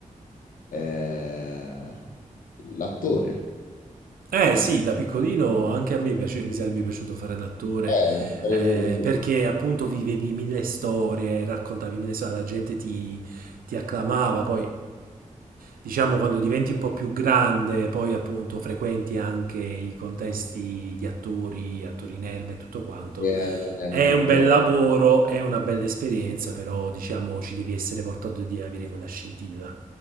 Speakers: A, on the left; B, on the right.
A: eh, l'attore,
B: Eh sì, da piccolino anche a me piace- mi sarebbe piaciuto fare l'attore
A: Eh, sarebbe
B: eh,
A: così.
B: perché appunto vivevi mille storie, raccontavi mille storie, la gente ti, ti acclamava, poi diciamo quando diventi un po' più grande, poi appunto frequenti anche i contesti di attori, attori in erba e tutto quanto.
A: Che non è
B: È
A: molto...
B: un bel lavoro, è una bella esperienza, però diciamo ci devi essere portato di avere quella scintilla